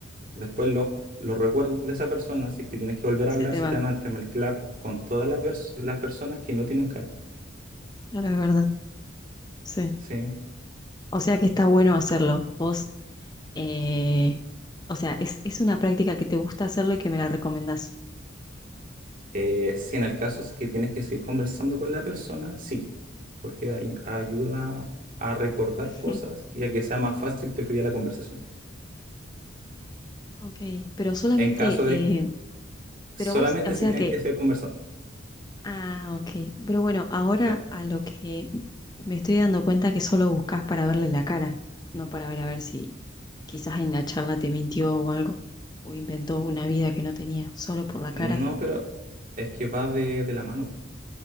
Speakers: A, on the right; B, on the left.
A: Después los, los recuerdos de esa persona, si es que tienes que volver
B: se
A: a hablar,
B: te
A: se
B: van.
A: te van a entremezclar con todas las pers- las personas que no tienen cara,
B: Claro, es verdad. Sí.
A: ¿sí?
B: O sea que está bueno hacerlo. Vos, eh, o sea, es, es una práctica que te gusta hacerlo y que me la recomendás.
A: Eh, si en el caso es que tienes que seguir conversando con la persona, sí, porque ay- ayuda a recordar
B: <laughs>
A: cosas y a que sea más fácil que fluya la conversación.
B: Ok, pero solamente
A: En caso de
B: eh,
A: solamente
B: Pero vos, o sea
A: si tienes
B: que,
A: que seguir conversando.
B: ah, ok. Pero bueno, ahora
A: claro.
B: a lo que me estoy dando cuenta que solo buscas para verle la cara, no para ver a ver si quizás en la charla te mintió o algo, o inventó una vida que no tenía, solo por la
A: No,
B: cara.
A: pero es que va de, de la mano.